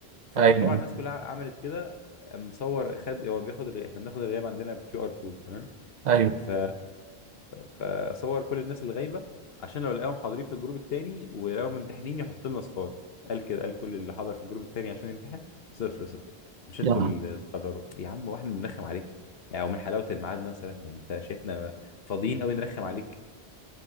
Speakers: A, on the left; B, on the right.
A: فطبعا
B: ايوه
A: الناس كلها عملت كده قام مصور خد هو بياخد الغ... احنا بناخد الغياب عندنا بكيو ار كود تمام
B: ايوه
A: ف فصور كل الناس اللي غايبه عشان لو لقاهم حاضرين في الجروب التاني ولقاهم ممتحنين يحط لنا صفار قال كده قال كل اللي حضر في الجروب التاني عشان يمتحن صفر صفر مش
B: يعني
A: انتوا اللي تقرروا يا عم واحنا بنرخم عليك يعني ومن حلاوه الميعاد مثلا يعني انت شايفنا فاضيين قوي نرخم عليك